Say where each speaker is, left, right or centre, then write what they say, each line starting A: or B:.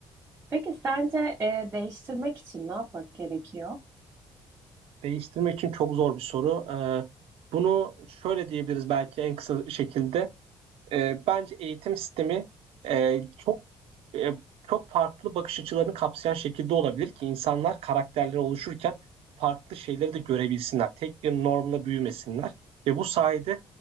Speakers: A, on the right (about 25°); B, on the right (about 85°).
A: Peki sence e, değiştirmek için ne yapmak gerekiyor?
B: Değiştirmek için çok zor bir soru. Ee, bunu şöyle diyebiliriz belki en kısa şekilde. E, bence eğitim sistemi e, çok e, çok farklı bakış açılarını kapsayan şekilde olabilir ki insanlar karakterleri oluşurken farklı şeyleri de görebilsinler. Tek bir normla büyümesinler ve bu sayede